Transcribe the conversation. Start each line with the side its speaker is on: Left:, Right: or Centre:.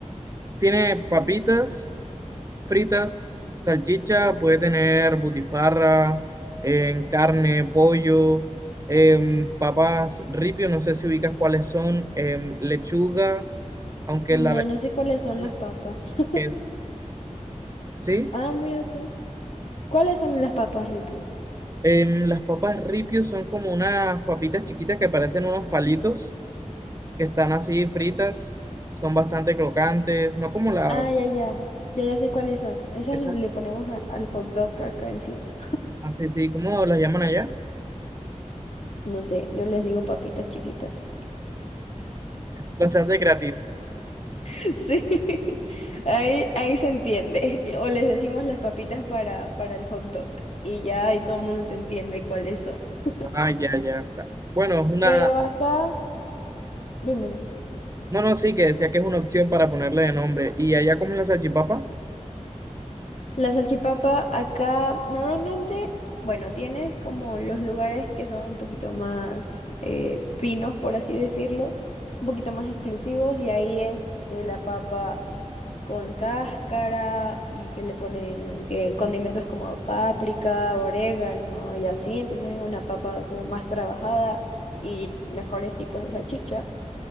Right: tiene papitas fritas, salchicha, puede tener butifarra, en carne, pollo, em, papas ripio, no sé si ubicas cuáles son, em, lechuga, aunque
Left: No,
Right: la lechuga
Left: no sé cuáles son
Right: es
Left: las papas. <laughs>
Right: queso, ¿sí?
Left: Ah, mira tú. ¿Cuáles son las papas, Ripio?
Right: Em, las papas ripio son como unas papitas chiquitas que parecen unos palitos, que están así fritas, son bastante crocantes, no como las,
Left: Ah, ya, ya. Ya, ya sé cuáles son. Esas
Right: esas,
Left: le ponemos a- al hot dog acá encima.
Right: así, sí, ¿cómo las llaman allá?
Left: No sé, yo les digo papitas chiquitas.
Right: Bastante creativas.
Left: <laughs> Sí, <laughs> ahí, ahí se entiende. <laughs> O les decimos las papitas para, para el hot dog. Y ya ahí todo el mundo te entiende cuáles son. <laughs>
Right: Ah, ya, ya está. Bueno, es una
Left: Pero acá, dime, dime.
Right: No, no, sí, que decía que es una opción para ponerle de nombre. Y allá comen la salchipapa,
Left: La salchipapa acá normalmente, bueno, tienes como los lugares que son un poquito más eh, finos, por así decirlos, un poquito más exclusivos, y ahí es eh, la papa. con cáscara y que le ponen que condimentos como páprica, orégano y así. Entonces es una papa como más trabajada y mejores tipos de salchicha